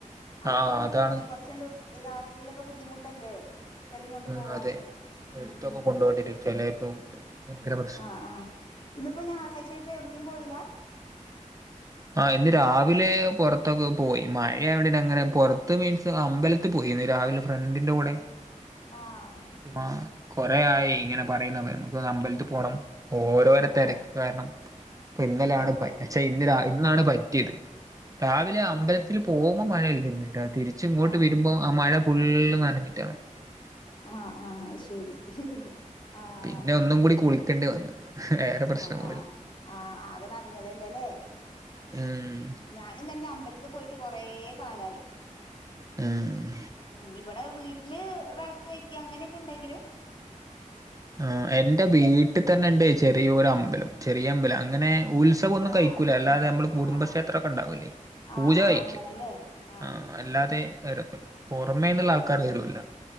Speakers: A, on the left (about 40°); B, on the right (about 25°).
A: അപ്ലാണ്
B: ആ അതാണ്
A: പ്രശ്നം കൊർച്ചണ്ട് രാത്രീലൊക്കെ ബുദ്ധിമുട്ടല്ലേ കുട്ട്യാളേം കൊണ്ട്
B: ഉം
A: പോവാന്
B: അതെ എടുത്തൊക്കെ
A: മ് മ്
B: കൊണ്ടോണ്ടിരും ചെലേപ്പോ ഭയങ്കര പ്രശ്ന
A: ആഹ് ആഹ് ഇന്ന് പ്പോ ഞായറാഴ്ചയപ്പോ എവ്ട്ക്കും പോയ്‌ല
B: ആ ഇന്ന് രാവിലെ പൊറത്തൊക്കെ പോയി മഴയാവോണ്ടങ്ങനെ പൊറത്ത് മീൻസ് അമ്പലത്തി പോയി ഇന്ന് രാവിലെ ഫ്രണ്ടിന്റെ കൂടെ
A: ആഹ്
B: ചുമ കൊറേ ആയി ഇങ്ങനെപ് പറയുന്നു നമ്മക്കൊന്ന് അമ്പലത്തിൽ പോണം ഓരോരോ
A: ആഹ്
B: തെരക്ക്
A: ആഹ്
B: കാരണം പ്പൊ ഇന്നലാണ്
A: ആഹ് ആഹ്
B: പ ഷെ ഇന്ന് രാ ഇന്നാണ് പറ്റ്യേത് രാവിലെ
A: ആഹ് ആഹ്
B: അമ്പലത്തിൽ പോക്മ്പോ മഴല്ലാര്ന്ന്ട്ടോ തിരിച്ച് ങ്ങോട്ട്
A: ആഹ്
B: വര്മ്പോ ആ മഴ ഫുള്ള്നനഞ്ഞു റ്റാ
A: ആഹ് ആഹ് ശെരി ആഹ്
B: പിന്നെ ഒന്നും കൂടി കുളിക്കേണ്ടി വന്നു വേറെ പ്രശ്നം
A: ആഹ്
B: പോലെ
A: ആഹ് ആഹ് ആകെ നനഞ്ഞതല്ലെലെ
B: ഉം
A: ഞാനും തന്നെ അമ്പല പോയിട്ട് കൊറ കാലയി
B: ഉം
A: മ് ഇ ടെ വീട്ടില് വെളക്ക് വെക്ക അങ്ങനെയൊക്കെണ്ടെങ്കിലും
B: ആ എന്റെ വീട്ടിത്തന്നെണ്ട് ചെറിയൊരമ്പലം ചെറിയ അമ്പല അങ്ങനെ ഉത്സവൊന്നും
A: ആഹ്
B: കയ്ക്കൂല അല്ലാതെ നമ്മള് കുടുംബക്ഷേത്രൊക്കെണ്ടാവൂലേ
A: ആഹ് ആഹ്
B: പൂജ
A: ആഹ് ആഹ്
B: കയ്ക്കും
A: അങ്ങനെല്ലേ ആഹ്
B: ആ അല്ലാതെ
A: ശരി
B: തരൊന്നുല്ല പുറമേന്നുള്ള ആൾക്കാര് തരുല്ല